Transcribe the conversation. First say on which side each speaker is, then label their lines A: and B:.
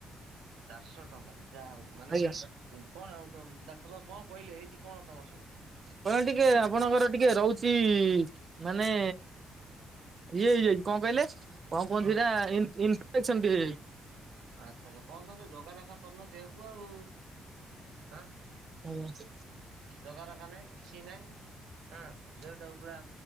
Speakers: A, on the right; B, on the right.
A: ଚାରଶ ଟଙ୍କାରେ ଯାହା ହଉ ମାନେ
B: ଆଜ୍ଞା
A: କଣ ଆଉ ତମ ଡାକ୍ତର ବାବୁ କଁ କହିଲେ? ହେଇଚି କଁ ତମ ସବୁ?
B: କଣ ଟିକେ ଆପଣଙ୍କର ଟିକେ ରହୁଚି ମାନେ ଇଏ ହେଇଯାଇ କଁ କହିଲେ? କଁ କହନ୍ତି
A: କଣ?
B: ହେଇଟା ଇନ୍ ଇନ ଇନଫେକସନ ଟିଏ
A: ଆଛା ଛା କଁ ତମେ ଜଗା ଦଖା କରୁନ ଦେହକୁ ଆଉ ଆଁ
B: ହେଇଯାଇଛି
A: ଜଗା ରଖା ନାଇଁ କିଛି ନାଇଁଁ ଆଁ। ଦେହଟାକୁ ପୁର